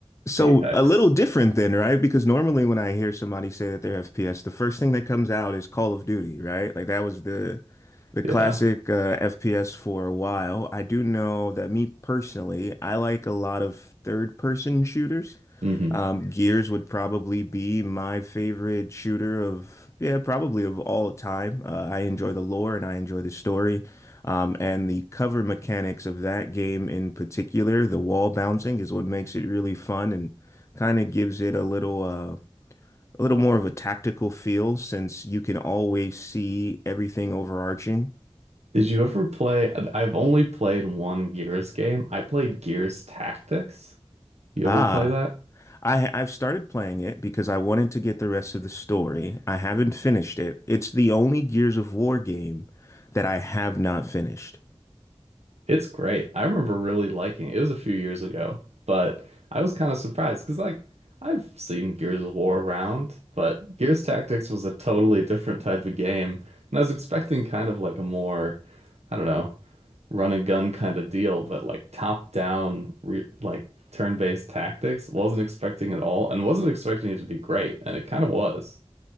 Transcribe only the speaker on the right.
Apex.
Yeah.
hmm
Did you ever play? I've only played one Gears game. I played Gears Tactics. You
ever play that?
It's great. I remember really liking it. It was a few years ago, but I was kind of surprised because, like, I've seen Gears of War around, but Gears Tactics was a totally different type of game. And I was expecting kind of like a more, I don't know, run and gun kind of deal, but like top down, re like turn-based tactics. Wasn't expecting it at all and wasn't expecting it to be great, and it kind of was.